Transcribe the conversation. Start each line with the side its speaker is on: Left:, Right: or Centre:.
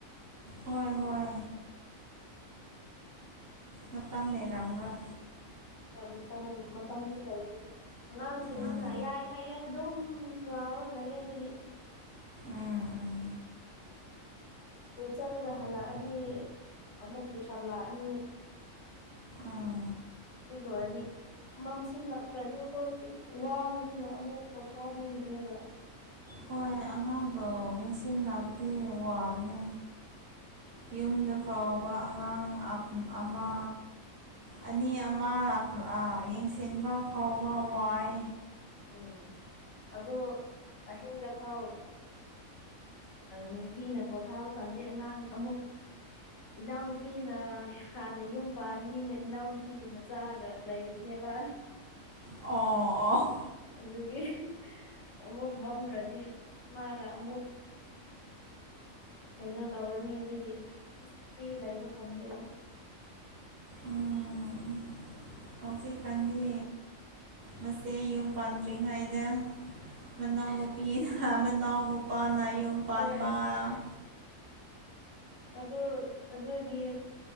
Right: ꯍꯣꯏ ꯍꯣꯏ ꯃꯇꯝ ꯂꯩꯔꯝꯔꯣꯏ
Left: ꯃꯇꯝ ꯃꯇꯝꯁꯨ ꯂꯩꯇꯦ ꯑꯉꯥꯡꯁꯤꯡꯁꯤꯅ
Right: ꯎꯝ
Left: ꯌꯥꯏ ꯌꯥꯏ ꯌꯥꯏ ꯑꯗꯨꯝ ꯂꯥꯎꯔ ꯂꯩ ꯑꯗꯨꯒꯤ
Right: ꯎꯝ ꯎꯝ
Left: ꯁ꯭ꯀꯨꯜ ꯆꯠꯂꯒ ꯍꯜꯂꯛꯑꯗꯤ ꯑꯃꯨꯛ ꯇ꯭ꯨꯁꯟꯂꯥꯛꯑꯅꯤ
Right: ꯎꯝ
Left: ꯇꯨꯡ ꯂꯣꯏꯗꯤ ꯃꯝꯁꯤꯜꯂꯛꯈ꯭ꯔꯗꯤ ꯑꯩꯈꯣꯏꯗꯤ ꯋꯥꯕꯅꯤꯅ ꯑꯃꯨꯛ ꯄꯣꯊꯥꯅꯤꯡꯈ꯭ꯔꯦꯕ
Right: ꯍꯣꯏ ꯑꯉꯥꯡꯕꯨ ꯌꯦꯡꯁꯤꯕꯗꯤ ꯋꯥꯕꯅꯤ ꯌꯨꯝꯗ ꯐꯥꯎꯕ ꯑꯉꯥꯡ ꯑꯃ ꯑꯅꯤ ꯑꯃ ꯌꯦꯡꯁꯤꯟꯕ ꯐꯥꯎꯕ ꯋꯥꯏ
Left: ꯎꯝ ꯑꯗꯨ ꯑꯍꯤꯡꯗ ꯐꯥꯎ ꯅꯤꯡꯊꯤꯅ ꯄꯣꯊꯥꯕ ꯐꯪꯗꯦ ꯑꯉꯥꯡ ꯑꯃꯨꯛ ꯏꯅꯥꯎꯅꯨꯄꯤꯅ ꯍꯥꯟꯅ ꯌꯨꯝ ꯄꯥꯟꯕꯅꯤꯅ ꯏꯅꯥꯎꯅꯨꯄꯤꯒꯤ ꯃꯆꯥꯒ ꯂꯩꯕꯅꯦꯕ
Right: ꯑꯣ ꯑꯣ
Left: ꯑꯗꯨꯒꯤ ꯑꯃꯨꯛ ꯃꯝꯈ꯭ꯔꯗꯤ ꯃꯥꯒ ꯑꯃꯨꯛ ꯀꯩꯅꯣ ꯇꯧꯔꯅꯤ ꯑꯗꯨꯒꯤ ꯐꯤ ꯂꯩꯕ ꯐꯪꯗ
Right: ꯎꯝ ꯍꯧꯖꯤꯛꯀꯥꯟꯗꯤ ꯃꯁꯦ ꯌꯨꯝ ꯄꯥꯟꯗ꯭ꯔꯤꯉꯩꯗ ꯃꯅꯥꯎ ꯅꯨꯄꯤꯅ ꯃꯅꯥꯎ ꯅꯨꯄꯥꯅꯅꯥ ꯌꯨꯝ ꯄꯥꯟꯕ
Left: ꯍꯣꯏ
Right: <unintelligible>
Left: ꯑꯗꯨ ꯑꯗꯨꯒꯤ